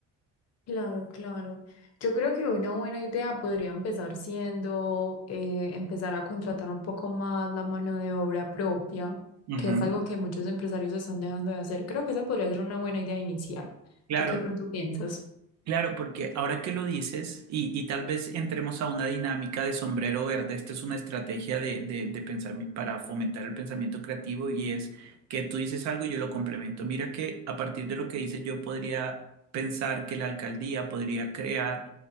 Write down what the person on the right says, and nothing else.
Ujú,
Claro,
Claro, porque ahora que lo dices, y, y tal vez entremos a una dinámica de sombrero verde, esta es una estrategia de, de, de pensami- para fomentar el pensamiento creativo y es que tú dices algo y yo lo complemento. Mira que a partir de lo que dices yo podría pensar que la alcaldía podría crear